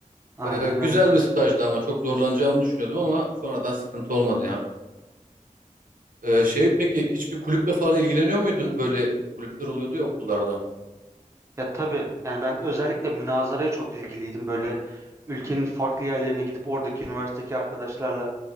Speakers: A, on the right (about 20°); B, on the right (about 75°).
A: Aynen
B: Ee, güzel
A: öyle.
B: bir stajdı ama çok zorlanacağımı düşünüyordum ama sonradan sıkıntı olmadı ya. Ee, şey peki hiçbir kulüple falan ilgileniyor muydun? Böyle kulüpler oluyordu ya okullarda.
A: Ya tabii yani ben özellikle münazaraya çok ilgiliydim. Böyle ülkenin farklı yerlerine gidip oradaki üniversitedeki arkadaşlarla